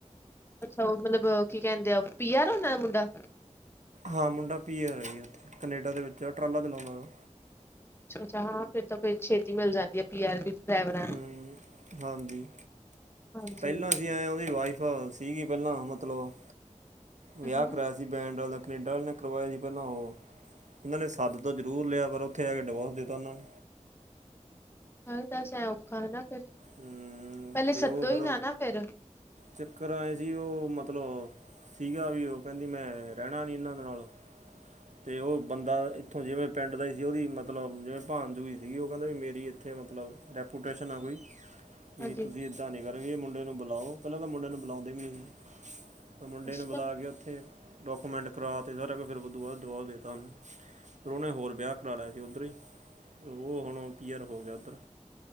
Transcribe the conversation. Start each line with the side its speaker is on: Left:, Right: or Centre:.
Left: ਅੱਛਾ ਉਹ ਮਤਲਬ ਕੀ ਕਹਿੰਦੇ ਆ, ਪੀਆਰ ਉਹਨਾਂ ਦਾ ਮੁੰਡਾ।
Right: ਹਾਂ ਮੁੰਡਾ ਪੀ ਆਰ ਜੀ ਉੱਥੇ, ਕਨੇਡਾ ਦੇ ਵਿੱਚ ਟਰਾਲਾ ਚਲਾਉਂਦਾ ਵਾ।
Left: ਅੱ ਅੱਛਾ ਹਾਂ ਫੇਰ ਤਾਂ ਫਿਰ ਛੇਤੀ ਮਿਲ ਜਾਂਦੀ ਹੈ ਪੀ ਆਰ ਦੀ। ਡਰਾਈਵਰਾਂ
Right: ਹਮ
Left: ਨੂੰ।
Right: ਹਾਂਜੀ
Left: ਹਾਂਜੀ।
Right: ਪਹਿਲਾਂ ਸੀ ਆਏ ਉਹਦੀ ਵਾਈਫ ਅੱਛ ਸੀਗੀ ਪਹਿਲਾਂ ਮਤਲਬ, ਵਿਆਹ
Left: ਹੂੰ
Right: ਕਰਾਇਆ। ਕਿ ਬੈਂਡ ਵਾਲਾ ਕਨੇਡਾ ਕਰਵਾਇਆ ਸੀ ਪਹਿਲਾਂ ਉਹ ਉਹਨਾਂ ਨੇ ਸੱਦ ਤਾਂ ਜ਼ਰੂਰ ਲਿਆ ਪਰ ਉੱਥੇ ਆ ਕੇ ਡਿਵੋਰਸ ਦਿੱਤਾ ਉਹਨਾਂ ਨੇ।
Left: ਹ ਤਾਂਸ ਐ ਔਖਾ ਹਨ ਨਾ ਫਿਰ,
Right: ਹਮ,
Left: ਪਹਿਲੇ
Right: ਤੇ
Left: ਸੱਦੋ
Right: ਉਹ ਫਿਰ
Left: ਹੀ ਨਾ ਨਾ ਫੇਰ
Right: ਚੱਕਰ ਆਏ ਸੀ ਉਹ ਮਤਲਬ, ਸੀਗਾ ਵੀ ਉਹ ਕਹਿੰਦੀ ਮੈਂ ਰਹਿਣਾ ਨਹੀਂ ਇਹਨਾਂ ਦੇ ਨਾਲ ਅਤੇ ਉਹ ਬੰਦਾ ਇੱਥੋਂ ਜਿਵੇਂ ਪਿੰਡ ਦਾ ਹੀ ਸੀ ਉਹਦੀ ਮਤਲਬ ਜਿਵੇਂ ਭਣਜੂਈ ਸੀਗੀ ਉਹ ਕਹਿੰਦਾ ਵੀ ਮੇਰੀ ਇੱਥੇ ਮਤਲਬ ਰੈਪੂਟੇਸ਼ਨ ਆ ਗਈ। ਵੀ
Left: ਹਾਂਜੀ।
Right: ਤੁਸੀਂ ਇੱਦਾਂ ਨਹੀਂ ਕਰਗੇ ਮੁੰਡੇ ਨੂੰ ਬੁਲਾਓ ਪਹਿਲਾਂ ਤਾਂ ਮੁੰਡੇ ਨੂੰ ਬੁਲਾਉਂਦੇ ਵੀ ਨਹੀਂ ਸੀ। ਮੁੰਡੇ
Left: ਅੱਛਾ,
Right: ਨੂੰ ਬੁਲਾ ਕੇ ਉੱਥੇ, ਡਾਕੂਮੈਂਟ ਕਰਾ ਅਤੇ ਸਾਰਾ ਕੁ ਫਿਰ ਉਹ ਤੋਂ ਬਾਅਦ ਜਵਾਬ ਦੇਤਾ ਉਹਨੂੰ, ਫਿਰ ਉਹਨੇ ਹੋਰ ਵਿਆਹ ਕਰਾ ਲਿਆ ਸੀ ਉੱਧਰ ਹੀ। ਉਹ ਹੁਣ ਪੀਅਰ ਹੋ ਗਿਆ ਉੱਧਰ।